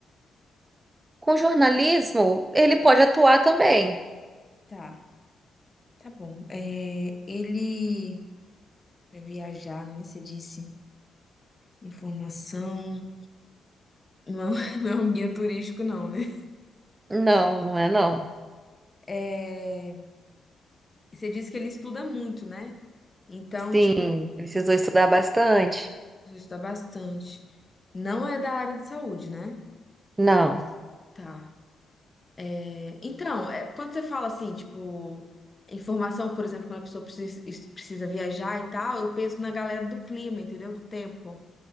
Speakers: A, on the right; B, on the left.
A: Com jornalismo, ele pode atuar também.
B: Tá, tá bom. É, ele vai viajar, né? Você disse informação. Não, é- <laughs> não é um guia turístico, não, né?
A: Não, não é não.
B: É, você disse que ele estuda muito, né? Então,
A: Sim,
B: tipo,
A: precisou estudar bastante.
B: precisa estudar bastante. Não é da área de saúde, né?
A: Não,
B: Tá. É, então, é, quando você fala assim, tipo, informação, por exemplo, quando a pessoa precisa, es- precisa viajar e tal, eu penso na galera do clima, entendeu? Do tempo.